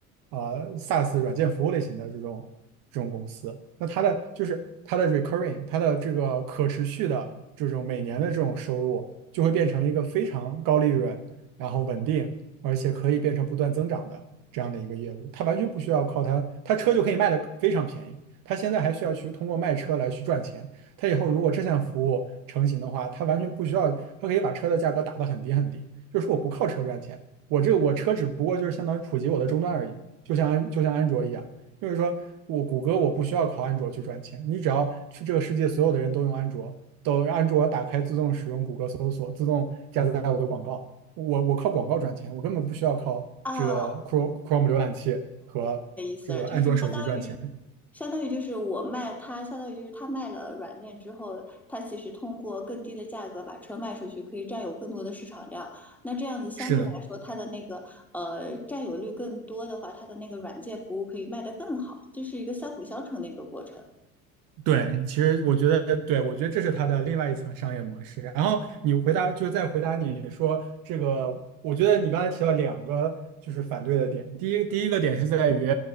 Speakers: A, on the right; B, in the centre.
A: 啊、SaaS 软件服务类型的这种这种公司，那它的就是它的 recurring，它的这个可持续的这种每年的这种收入，就会变成一个非常高利润，然后稳定，而且可以变成不断增长的这样的一个业务，它完全不需要靠它，它车就可以卖的非常便宜。他现在还需要去通过卖车来去赚钱。他以后如果这项服务成型的话，他完全不需要，他可以把车的价格打得很低很低，就是我不靠车赚钱，我这我车只不过就是相当于普及我的终端而已，就像安就像安卓一样，就是说我谷歌我不需要靠安卓去赚钱，你只要去这个世界所有的人都用安卓，都安卓打开自动使用谷歌搜索，自动加载我的广告，我我靠广告赚钱，我根本不需要靠这个
B: 啊
A: Chrome Chrome 浏览器和这个安卓手机赚钱。
B: ，sir，就是相相当于就是我卖他，相当于就是他卖了软件之后，他其实通过更低的价格把车卖出去，可以占有更多的市场量。那这样子相对来说，
A: 是的。
B: 它的那个呃占有率更多的话，它的那个软件服务可以卖得更好，这是一个相辅相成的一个过程。
A: 对，其实我觉得，对，我觉得这是它的另外一层商业模式。然后你回答，就是再回答你说这个，我觉得你刚才提到两个就是反对的点。第一，第一个点是在于，